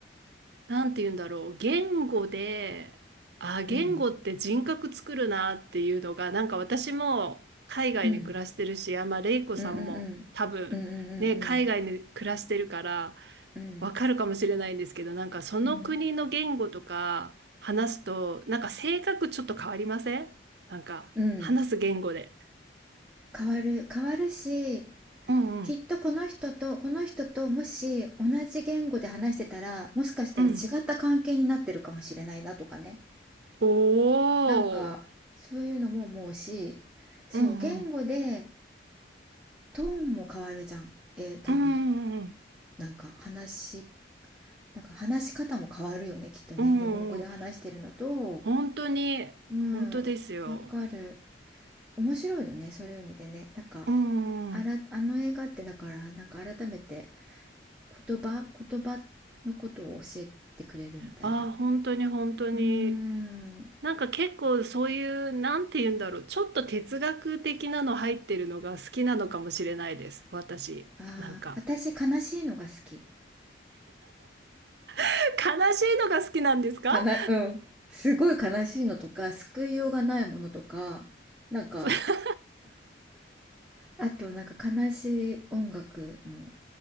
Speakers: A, on the right; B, in the centre.
A: なんて言うんだろう、言語で、あ、言語って人格作るなっていうのが、
B: うん
A: なんか私も海外に暮らしてるし、
B: うん
A: あ、まあ、レイコさんも多分、
B: うんうんうんうんうん
A: ね、海外に暮らしてるから、
B: うんうん
A: わかるかもしれないんですけど、なんかその国の言語とか話すと、
B: うん
A: なんか性格ちょっと変わりませんなんか話す言語で。
B: うん変わる変わるし
A: うんうん。
B: きっとこの人とこの人ともし同じ言語で話してたらもしかしたら違った関係になってるかもしれないなとかね
A: うん。おー。
B: なんかそういうのも思うしそう言語で
A: うんうん。
B: トーンも変わるじゃんえー多分
A: うんうんうん。
B: なんか話しなんか話し方も変わるよねきっとね日本語で話してるのと
A: うんうん本当に、
B: うんわかる
A: 本当ですよ。
B: 面白いよねそういう意味でねなんか
A: うんうん。
B: あらあの映画ってだからなんか改めて言葉言葉のことを教えてくれるみたいな
A: ああ、本当に本当に。
B: うーん
A: なんか結構そういう、なんて言うんだろう。ちょっと哲学的なの入ってるのが好きなのかもしれないです。私。
B: ああ私悲しいのが好き
A: なんか。<laughs> 悲しいのが好きなんですか
B: かなうんすごい悲しいのとか救いようがないものとかなんか
A: そ
B: あとなんか悲しい音楽の